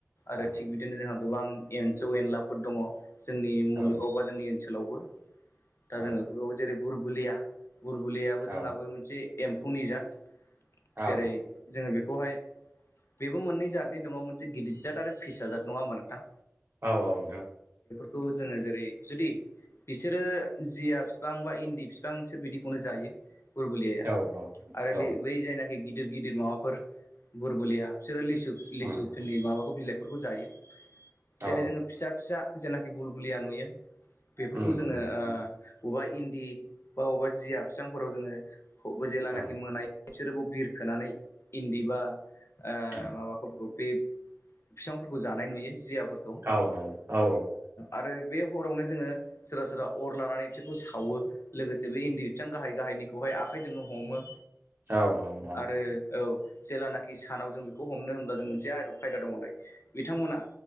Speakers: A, on the right; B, on the left.
A: औ
B: आरो थिग बिदिनो जोंहा गोबां एमफौ एनलाफोर दङ जोंनि मुलुगाव
A: औ
B: बा जोंनि ओनसोलावबो दा
A: औ
B: जोंङो बेफोरखौ जेरै बुरबुलिया बुरबुलियाबो
A: औ
B: जोंहाबो मोनसे एम्फौनि जात
A: औ
B: जेरै जोङो बेखौहाय बेबो मोननै जादनि दङ मोनसे गिदिर जाद आरो फिसाजाद नङा होमा नोंथां
A: औ औ औ
B: खौ जोङो जेरै जुदि बिसोरो जिया बिफां बा इन्दि बिफां बिसोर बिदिखौनो जायो बुरबुलियाया
A: औ
B: आरो
A: औ
B: बै जाय नाखि आरो गिदिर गिदिर माबाफोर बुरबुलिया बिसोरो लिसु
A: उम
B: लिसु फोरनि माबाखौ बिलाइखौ जायो जेरै
A: औ
B: जोङो फिसा फिसा जेनाखि बुलरबुलिया नुयो बेफोरखौ
A: उम
B: जोङो
A: उम उम
B: ओ
A: उम
B: अबेबा इन्दि बा अबेबा जिया बिफां फोराव जोङो बो जेेलानाखि
A: औ
B: मोनायो बिसोरबो बिरखोनानै इन्दिबा ओ
A: उम
B: माबाफोरखौ बे बिफांफोरखौ जानाय नुयो जिया ओ
A: औ औ
B: आरो बे हरावनो जोङो सोरबा सोरबा अर लानानै बिसोरखौ सावो लोगोसे बे इन्दि बिसां गाहाय गाहाय निखौहाय आखाइजोंनो हमो।
A: औ औ औ।
B: आरो औ जेलानाखि सानाव जों बेखौ हमनो होनब्ला जों मोनसे आदब खायदा दङलाय। बिथांमोना